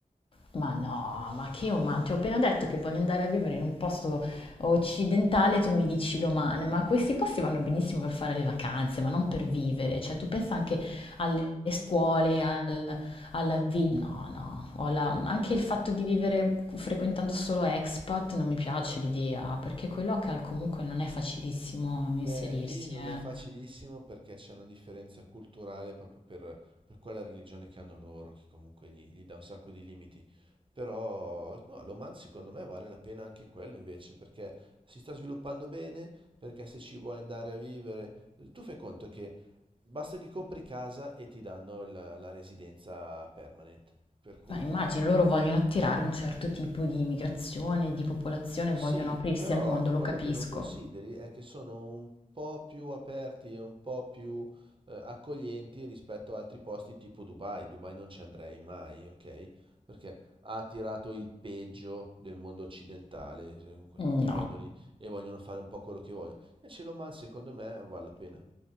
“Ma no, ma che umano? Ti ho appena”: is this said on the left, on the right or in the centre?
Left